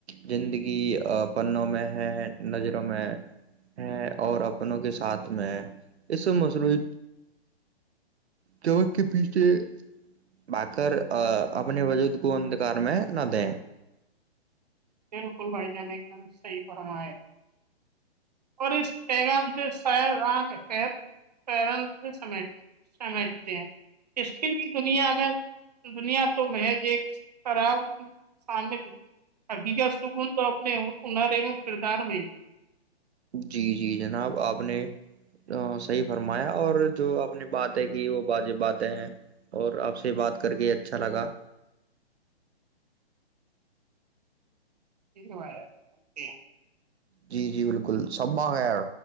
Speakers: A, on the right (about 75°); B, on the right (about 40°).
A: زندگی پنوں میں ہے نظروں میں ہے اور اپنوں کے ساتھ میں اس سے مصروعی چک کے پیچھے بر اپنے وجود کو اندکار میں نہ دیں
B: بالکل بھائی جان ایک دم صحیح فرم ہے اور اس پیغام سے س سمی سمیٹتے ہیں اس کے بھی دنیا میں دنیا تو محج ایک خراب شامل ابھی کا سکون تو اپنے ہنر اوم کردار میں
A: جی جی جناب آپ نے صحیح فرمایا اور جو آپ نے بات ہے کہ وہ واجباتیں ہیں اور آپ سے بات کر کے اچھا لگا
B: ٹھیک ہے ب
A: جی جی بالکل سبا ہے یار